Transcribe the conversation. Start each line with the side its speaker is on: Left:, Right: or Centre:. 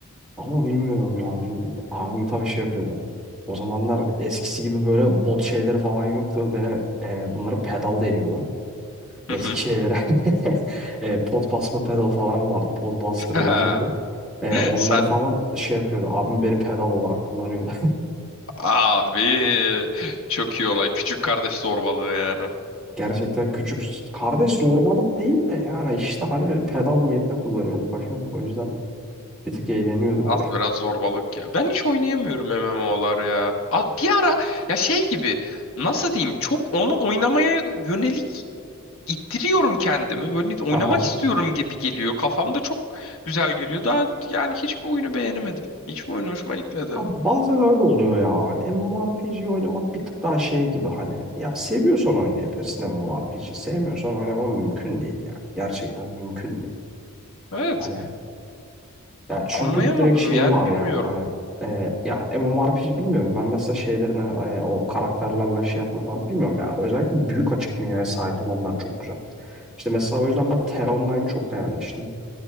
Centre: Ama bilmiyorum ya abim, abim tabii şey yapıyordu. O zamanlar eskisi gibi böyle bot şeyleri falan yoktu. Beni e, bunlara pedal deniyordu. Eski
Left: Hı hı.
Centre: şeylere <laughs> e, pot basma pedalı falan vardı. Pot bastırıyordu
Left: <laughs>
Centre: şey bu. E, onları
Left: Sen
Centre: falan şey yapıyordu. Abim beni pedal olarak kullanıyordu.
Left: abi çok iyi olay. Küçük kardeş zorbalığı yani.
Centre: Gerçekten küçük kardeş zorbalık değil de yani işte hani böyle pedal niyetine kullanıyorduk paşam. O yüzden bir tık eğleniyorduk.
Left: Az biraz zorbalık ya. Ben hiç oynayamıyorum M M olar ya. A- Bir ara ya şey gibi nasıl diyeyim çok onu oynamaya yönelik ittiriyorum kendimi. Böyle oynamak
Centre: <laughs> Aha.
Left: istiyorum gibi geliyor. Kafamda çok güzel geliyor. Daha yani hiçbir oyunu beğenemedim. Hiçbir oyun hoşuma gitmedi.
Centre: Abi bazen öyle oluyor ya. Hani MMORPG oynamak bir tık daha şey gibi hani ya seviyorsan oynayabilirsin MMORPG. Sevmiyorsan oynaman mümkün değil ya. Gerçekten mümkün değil.
Left: Evet.
Centre: Hani Yani çünkü
Left: Anlayamadım
Centre: direkt şeyi
Left: yani
Centre: var
Left: bilmiyorum.
Centre: yani hani e, ya MMORPG bilmiyorum ben mesela şeylerine e, o karakterlerle şey yapma falan bilmiyorum ya. Özellikle büyük açık dünyaya sahip olanlar çok güzel. İşte mesela o yüzden ben Terra Online'ı çok beğenmiştim.